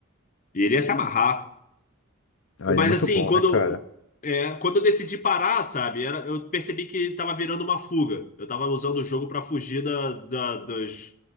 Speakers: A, on the left; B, on the left.
A: E ele ia se amarrar.
B: Aí
A: Mas
B: é muito
A: assim,
B: bom,
A: quando,
B: né, cara?
A: é, quando eu decidi parar, sabe, era- eu percebi que tava virando uma fuga. Eu tava usando o jogo para fugir da, da- das,